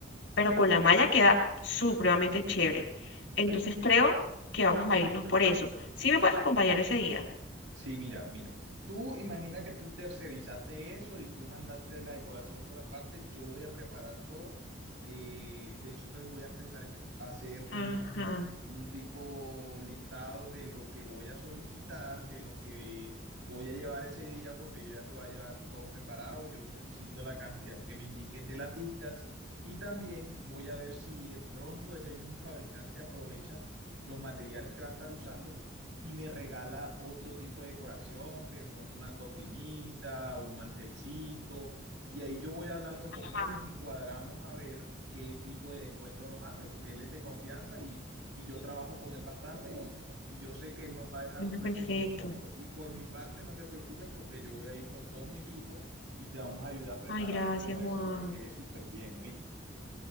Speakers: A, on the left; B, on the right.
A: pero con
B: ujú,
A: la malla
B: ujú.
A: queda supremamente chévere. Entonces
B: Sí.
A: creo que vamos a irnos por eso. ¿Sí me puedes acompañar ese día?
B: Sí, mira, mira. Tú imagina que tú tercerizaste eso y tú mandaste la decoración por aparte. Yo voy a preparar todo. Eh, de hecho, entonces voy a empezar en- a hacer un,
A: Ajá.
B: un tipo listado de lo que voy a solicitar, de lo que voy a llevar ese día, porque yo ya te voy a llevar todo preparado. Yo solicito la cantidad que me indiques de laticas y también voy a ver si de pronto ese mismo fabricante aprovecha los materiales que va a estar usando y me regala otro tipo de decoración, que de pronto una cortinita, un mantelcito, y ahí yo voy hablando con
A: Ajá.
B: él y cuadramos a ver qué tipo de descuento nos hace, porque él es de confianza y, y yo trabajo con él bastante y, y yo sé que él nos va a dejar
A: Bueno,
B: un precio
A: perfecto.
B: muy cómodo. Y por mi parte, no te preocupes porque yo voy a ir con todo mi equipo y te vamos a ayudar a preparar
A: Ay, gracias,
B: todo eso
A: Juan.
B: para que quede súper bien, ¿oíste?